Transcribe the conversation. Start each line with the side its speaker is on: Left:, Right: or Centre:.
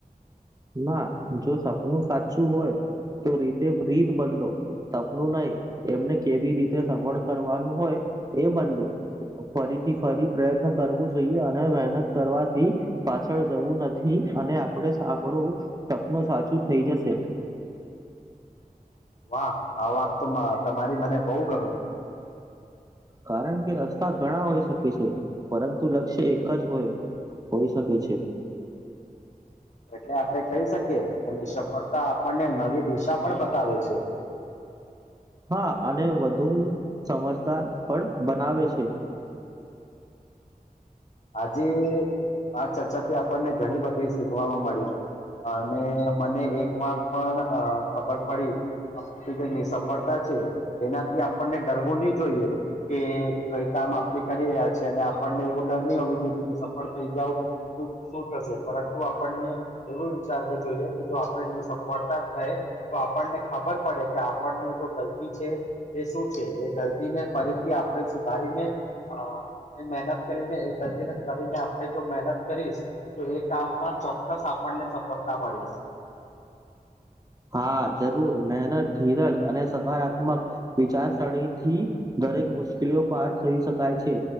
Right: ના જો સપનું સાચું હોય તો રીતે રીત બદલો. સપનું નહી એમને કેવી રીતે સફળ કરવાનું હોય એ બદલું. ફરીથી ફરી પ્રયત્ન કરવું જોઈએ અને મહેનત કરવાથી પાછળ જવું નથી અને આપણે આપણું સપનું સાચું થઈ જશે
Left: વાહ આ વાત તો તમારી મને બહુ ગમ
Right: કારણ કે રસ્તા ઘણા હોઈ શકે છે પરંતુ લક્ષ્ય એક જ હોય હોઈ શકે છે.
Left: એટલે આપડણે કહી શકીએ કેની સફળતા આપણને નવી દિશા પણ બતાવે છે.
Right: હા અને વધુ સમજદાર પણ બનાવે છે.
Left: આજે આ ચર્ચા થી આપણને ઘણી બધી શીખવાવામાં મળી. અને મને એક વાર પણ ખબર પડી. હક ની સફળતા છે એનાથી આપણને ડરવો નહી જોઈએ કે કઈ કામ આપડ કરી રહ્યા છે અને આપણને એવું ડર નહી હોવું જો કે સફળ થઈ જાવ શું થશે પરંતુ આપણને એવું વિચારવું જોઈએ કે જો આપણેની સફળતા થઈ તો આપણને ખબર પડે કે આપણનું જો ગલતી છે એ શું છે એ ગલતી ને ફરીથી આપણે સુધારીને અ આપણે મહેનત કરીને એ ગતીને કરીરીને આપણે જો મહેનત કરીશ તો એ કામમાં ચોક્કસ આપણને સફળતા મળીશ
Right: હા જરૂર મહેનત ધીરજ અને સકારાત્મક વિચારસરણી થી દરેક મુશ્કેલીઓ પાર થઈ શકાય છે.